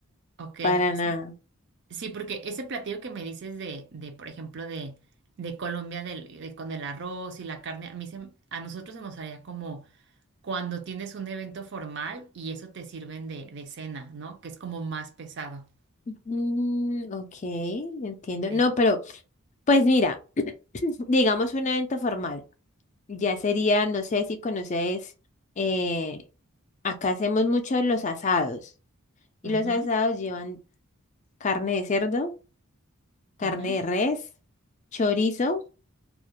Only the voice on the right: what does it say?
Ok.
Sí, Sí, porque ese platillo que me dices de, de por ejemplo, de, de Colombia del- de- con el arroz y la carne, a mí se, a nosotros se nos haría como cuando tienes un evento formal y eso te sirven de, de cena, ¿no? Que es como más pesado.
Sí.
Ujú,
ujú.